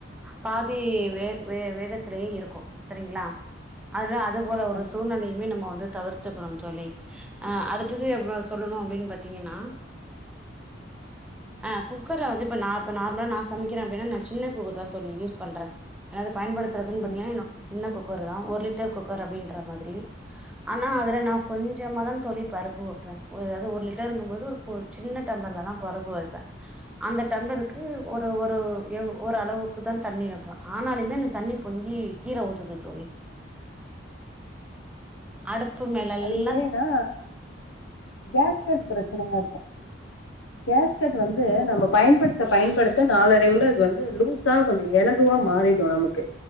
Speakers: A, in the centre; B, on the left.
A: பாதி வே வே வேகத்திலேயே இருக்கு சரிங்களா அதல்லா அ து போல ஒரு
B: கண்டிப்பா
A: சூழ்நெலையுமே நம்ம வந்து தவிர்த்துக்கணு தோழி ஆ அடுத்தது இப்ப சொல்லணு அப்டின் பாத்தீங்கன்னா ஆ குக்கர்ல வந்து இப்ப நா இப்ப நார்மலா நா சமைக்கிறே அப்டின்னா நா சின்ன குக்கர்தா தோழி யூஸ் பண்றே ஏன்னா அது பயன்படுத்தறதுன் பாத்தீங்கன்னா
B: ம்
A: என்னோட சின்ன குக் கர்தா ஒரு லிட்டர் குக்கர் அப்டின்ற மாதிரி ஆனா அதுல நா கொஞ்சமாதா தோழி பருப்பு வப்பே அதாவது ஒரு லிட்டருங்கும்போது ஒரு கோ சின்ன டம்ளர்லதா பருப்பு வப்பே அந்த டம்ளருக்கு ஒரு ஒரு எ ஒரு அளவுக்குதான் தண்ணி வப்பே ஆனாலுமே அந்த தண்ணி பொங்கி கீழே ஊத்துது தோழி அடுப்பு மேலெல்லா
B: அது ஏனா கேஷ் கட் பிரச் ச்சனையா இருக்கு கேஷ்கட் வந்து நம்ம பயன்படுத்த பயன்படுத்த நாளடைவுல அது வந்து லூஸா கொஞ்ச எலகுவா மாறிடு நமக்கு